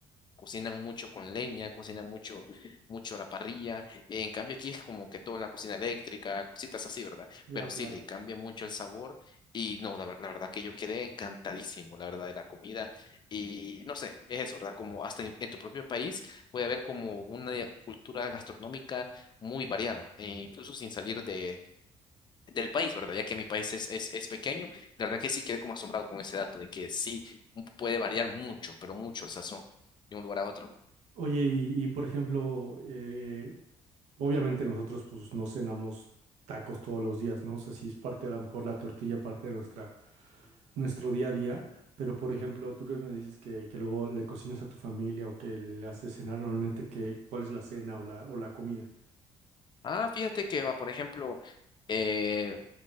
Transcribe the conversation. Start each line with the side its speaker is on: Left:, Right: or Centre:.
Left: Cocinan mucho con leña, cocinan mucho, mucho a la parrilla. En cambio, aquí es como que todo en la cocina eléctrica, cositas así, ¿verdad?
Right: ya,
Left: Pero
Right: claro.
Left: sí, le cambia mucho el sabor. Y no, la, ver- la verdad que yo quedé encantadísimo, la verdad, de la comida. Y no sé, es eso, ¿verdad? Como hasta en, en tu propio país puede haber como una cultura gastronómica muy variada, e incluso sin salir de, del país, ¿verdad? Ya que mi país es, es, es pequeño, la verdad que sí quedé como asombrado con ese dato de que sí puede variar mucho, pero mucho el sazón de un lugar a otro.
Right: oye, y, y, por ejemplo, eh, obviamente nosotros pues no cenamos tacos todos los días, ¿no? O sea, sí es parte a lo mejor la tortilla, parte de nuestra, nuestro día a día, pero por ejemplo, tú que me dices que, que luego le cocinas a tu familia o que le haces cenar normalmente, que, ¿cuál es la cena o la, o la comida?
Left: Ah, fíjate que va, por ejemplo, eh,